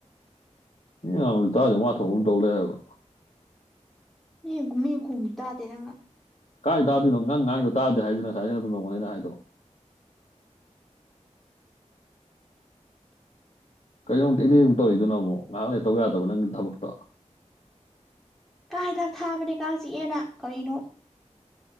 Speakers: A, on the left; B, in the centre.
A: ꯃꯤ ꯉꯕꯁꯨ ꯇꯥꯥꯁꯦ ꯃꯥ ꯊꯣꯛꯄ ꯑꯃ ꯇꯧꯔꯦ ꯍꯥꯏꯕ
B: ꯅꯨꯝ ꯃꯤ ꯈꯨꯝꯁꯨ ꯇꯥꯗꯦ ꯅꯪꯅ
A: ꯀꯥꯏ ꯇꯥꯗꯣꯏꯅꯣ ꯅꯪ ꯉꯥꯡꯗꯣ ꯇꯥꯗꯦ ꯍꯥꯏꯗꯨꯅ ꯉꯁꯥꯏ ꯑꯩꯅ ꯑꯗꯨꯝ ꯇꯧꯕꯅꯤꯩꯅ ꯍꯥꯏꯗꯣ ꯀꯩꯗꯧꯃꯛꯇ ꯏꯗꯤ ꯑꯃꯨꯛ ꯇꯧꯔꯛꯏꯗꯅꯣ ꯑꯃꯨꯛ ꯉꯥꯏꯍꯥꯛ ꯂꯩ ꯇꯧ ꯌꯥꯗꯕ ꯅꯪꯒꯤ ꯊꯕꯛꯇꯣ
B: ꯀꯥ ꯍꯤꯗꯥꯛ ꯊꯥꯕꯅꯦ ꯀꯥꯡ ꯆꯤꯛꯑꯦꯅ ꯀꯔꯤꯅꯣ